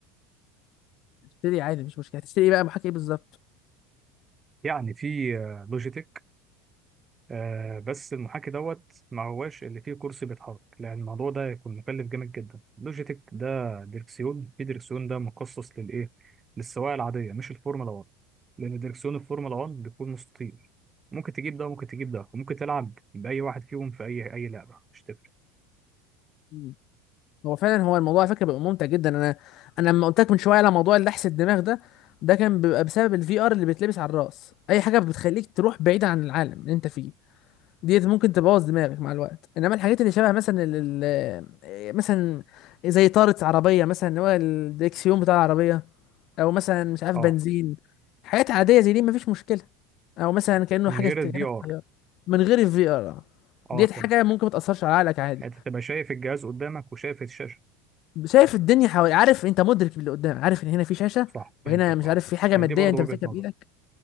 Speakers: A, on the left; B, on the right.
A: اشتري عادي مش مشكله هتشتري إيه بقى محاكي ايه بالظبط
B: يعني في آه، لوجيتك آه، بس المحاكي دوت ما هواش اللي فيه كرسي بيتحرك لان الموضوع ده يكون مكلف جامد جدا لوجيتك ده دركسيون في دركسيون ده مخصص للايه للسواقه العاديه مش الفورمولا 1 لان دركسيون الفورمولا 1 بيكون مستطيل ممكن تجيب ده وممكن تجيب ده وممكن تلعب باي واحد فيهم في اي اي لعبه مش تفرق
A: مم. هو فعلا هو الموضوع
B: بس.
A: على فكره بيبقى ممتع جدا انا انا لما قلت لك من شويه على موضوع اللحس الدماغ ده ده كان بيبقى بسبب الفي ار اللي بيتلبس على الراس اي حاجه بتخليك تروح بعيد عن العالم اللي انت فيه ديت ممكن تبوظ دماغك مع الوقت انما الحاجات اللي شبه مثلا ال ال- آه، مثلا زي طارة عربية مثلا اللي هو الدريكسيون بتاع العربية او مثلا مش عارف
B: اه
A: بنزين حاجات عادية زي دي مفيش مشكلة او مثلا كأنه
B: من
A: حاجة
B: غير
A: كأنك
B: الفي ار
A: طيارة من غير الفي ار
B: اه
A: ديت حاجة
B: فهمتك
A: ممكن ما تأثرش على عقلك عادي
B: يعني انت تبقى شايف الجهاز قدامك وشايف الشاشه
A: شايف الدنيا حوالي عارف انت مدرك اللي قدام عارف ان هنا في شاشة
B: صح فهمتك
A: وهنا مش
B: اه
A: عارف في حاجة
B: يعني
A: مادية
B: دي برضه
A: انت
B: وجهه
A: ماسكها
B: نظر
A: بايدك